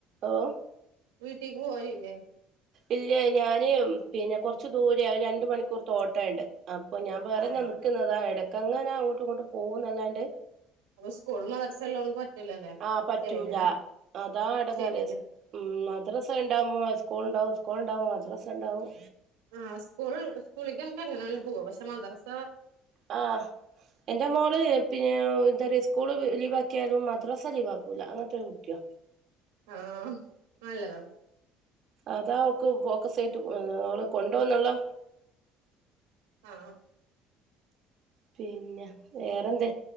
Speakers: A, on the right (about 60°); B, on the right (about 85°).
A: ഓ
B: വീട്ടിക്ക് പോയില്ലേ
A: ഇല്ല ഞാന് പിന്നെ കൊറച്ചു ദൂരയാ രണ്ട് മണിക്കൂർ ഓട്ടണ്ട് അപ്പൊ ഞാൻ വറെ
B: ആഹ്
A: ഞമ്മക്ക് നിക്കക്കുന്നതാ ഇടക്ക എങ്ങനാ അങ്ങോട്ടും ഇങ്ങോട്ട് പോകുന്നല്ലാണ്ട്
B: അപ്പൊ സ്കൂള് മദ്രസ ഉള്ളോണ്ട് പറ്റൂലല്ലേ
A: ആ പറ്റൂല
B: ശരി ഞാ
A: അതാ അടങ്ങേറ്
B: ശരി ഞാ
A: ഉം മദ്രസ ഇണ്ടാവുമോ സ്കൂൾ ഇണ്ടാവും സ്കൂൾ ഉണ്ടാവോ മദ്രാസ ഇണ്ടാവും
B: ആ സ്കൂൾ സ്കൂളിലക്ക് നമുക്ക് എങ്ങനാ പോവ പക്ഷെ മദർസ
A: ആ എന്റെ മോള് പിന്നെ എന്താ പറയ യിസ് കൂള് ലീ ലീവാക്കിയായാലും മാത്രം മദ്രസ ലീവാക്കൂല അങ്ങനത്തെരു കുട്ടിയ
B: ആ നല്ലത
A: അതാ അവക്ക് ഫോക്കസ് ആയിട്ട് <unintelligible> അവള് കൊണ്ടോന്നല്ലോ
B: ആഹ്
A: പിന്നെ വേറെന്ത